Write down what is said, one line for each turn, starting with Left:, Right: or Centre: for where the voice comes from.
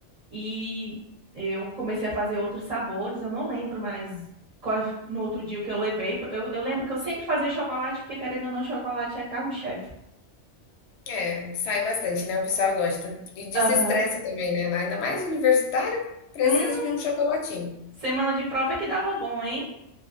Right: E eu comecei a fazer outros sabores, eu não lembro mais qual, no outro dia o que eu levei. Eu, eu lembro que eu sempre fazia chocolate, porque querendo ou não, chocolate é carro-chefe.
Left: É, sai bastante, né? O pessoal gosta. E desestressa
Right: Aham.
Left: também, né? Ainda mais universitário, precisa
Right: Hum,
Left: de um chocolatinho.
Right: semana de prova é que dava bom, hein?